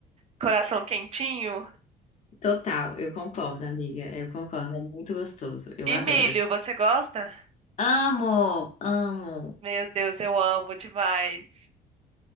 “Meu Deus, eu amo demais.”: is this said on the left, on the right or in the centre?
Right